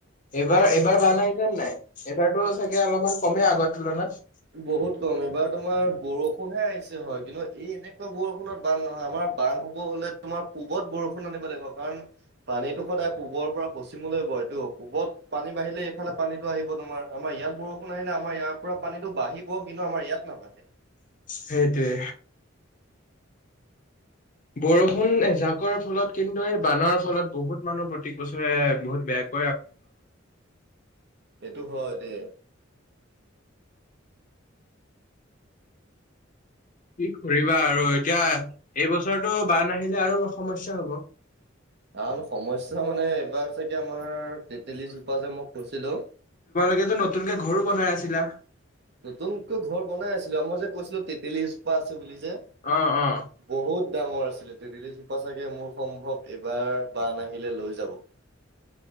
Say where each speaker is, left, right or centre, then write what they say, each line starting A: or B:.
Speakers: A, on the left; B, on the right.
A: এইবাৰ এইবাৰ বান আহিছেনা নাই এইবাৰতো চাগে অলপমান কমেই আগৰ তুলনাত।
B: বহুত কম এইবাৰ তোমাৰ বৰষুণহে আহিছে হয় কিন্তু এই এনেকুৱা বৰষুনত বান্ধ নহয় আমাৰ। বান হ'ব হলে তোমাৰ পূবত বৰষুণ আনিব লাগিব কাৰণ পানীতটো সদায় পূবৰ পৰা পশ্চিমলৈ। এইটো পূবত পানী বাঢ়িলে এইফালে পানীতো আহিব তোমাৰ আমাৰ ইয়াত বৰষুণ আহিলে আমাৰ ইয়াৰ পৰা পানীতো বাঢ়িব কিন্তু আমাৰ ইয়াত নাবাঢ়ে।
A: সেইটোৱে বৰষুণ এজাকৰ ফলত কিন্তু এই বানৰ ফলত বহুত মানুহ প্ৰতেক বছৰে বহুত বেয়া।
B: সেইটো হয় দে।
A: কি কৰিবা আৰু এতিয়া এইবছৰটো বান আহিলে আৰু সমস্যা হ'ব।
B: কাৰণ সমস্যা মানে এইবাৰ চাগে আমাৰ তেতেলীজোপা যে মই কৈছিলো।
A: এতিয়া তো নতুনকে ঘৰো বনাই আছিলা?
B: নতুনকৈ ঘৰ বনাই আছিলো, আৰু মই যে কৈছিলো তেতেলীজোপা আছে বুলি। যে,
A: অ', অ',
B: বহুত ডাঙৰ আছিলে তেৰিলিজোপা চাগে মোৰ সম্ভৱ এবাৰ বান নাহিলে লৈ যাব। <unintelligible>